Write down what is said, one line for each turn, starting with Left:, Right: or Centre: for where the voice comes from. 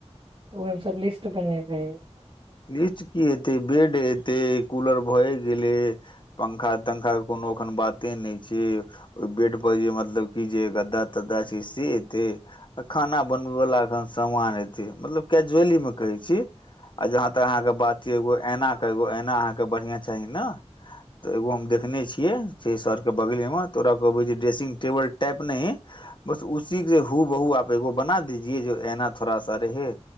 Right: तऽ ओ हम सब लिस्ट बनेबे
Left: लिस्ट कीऽ हेतै बेड एते कूलर भए गेलै पंखा पंखा क कोनो अखन बाते नइ छै ओइ बोड पर जे मतलब की जे गद्दा तद्दा छै से एतै आ खाना बनबै बला अखन समान एतै मतलब केजवली म कहै छी आ जहाँ तक अहाँके बात छै एगो एना के एगो एना अहाँ क बढ़िया चाही न त एगो हम देखने छिये सर के बगले म तोरा कहबै ज ड्रेसिंग टेबुल टाइप नइ बस उसी के हु बहु आप एगो बना दिजिए जो एना थोड़ा सा रहे